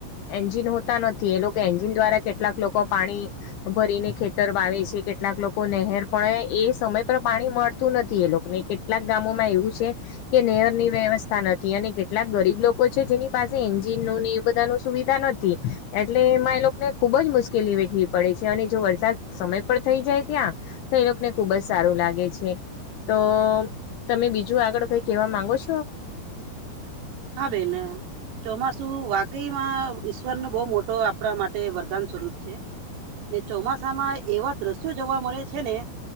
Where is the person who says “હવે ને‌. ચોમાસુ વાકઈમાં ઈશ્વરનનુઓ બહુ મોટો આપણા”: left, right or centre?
Right